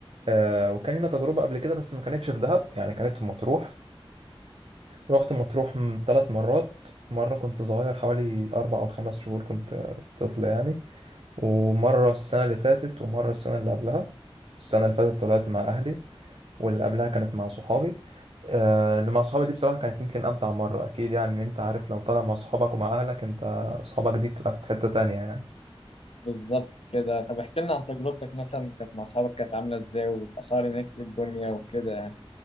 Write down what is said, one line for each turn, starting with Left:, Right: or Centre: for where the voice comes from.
Right: آه وكان لنا تجربة قبل كده بس ما كانتش في دهب يعني كانت في مطروح رحت مطروح ثلاث مرات مرة كنت صغير حوالي أربع أو خمس شهور كنت آه، طفل يعني ومرة السنة اللي فاتت ومرة السنة اللي قبلها السنة اللي فاتت طلعت مع أهلي واللي قبلها كانت مع صحابي آه، اللي مع صحابي دي بصراحة كانت يمكن أمتع مرة أكيد يعني إن أنت عارف لو طالع مع صحابك ومع أهلك أنت صحابك دي بتبقى في حتة تانية يعني
Left: بالظبط كده طب احكي لنا عن تجربتك مثلا كانت مع صحابك كانت عاملة إزاي والأسعار هناك إيه الدنيا وكده يعني